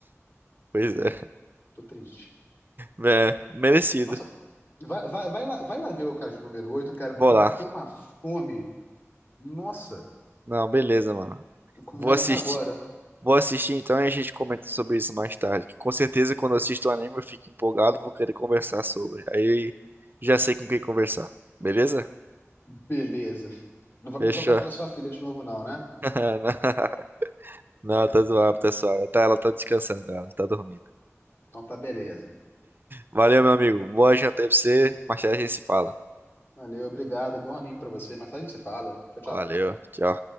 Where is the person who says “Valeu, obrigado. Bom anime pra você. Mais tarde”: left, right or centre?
Left